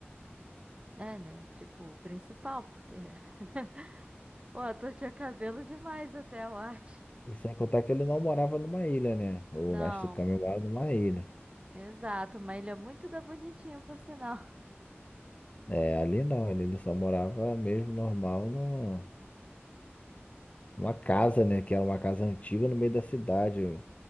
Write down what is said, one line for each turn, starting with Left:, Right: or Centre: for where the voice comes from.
Right: É, né? Tipo, o principal, porque <laughs> o ator tinha cabelo demais até, eu acho.
Left: E sem contar que ele não morava numa ilha, né? O
Right: Não,
Left: mestre Kami mora numa ilha.
Right: exato, mas ele é muito da bonitinha, por sinal.
Left: É, ali não, ali ele só morava mesmo normal no, numa casa, né? Que era uma casa antiga no meio da cidade. Eu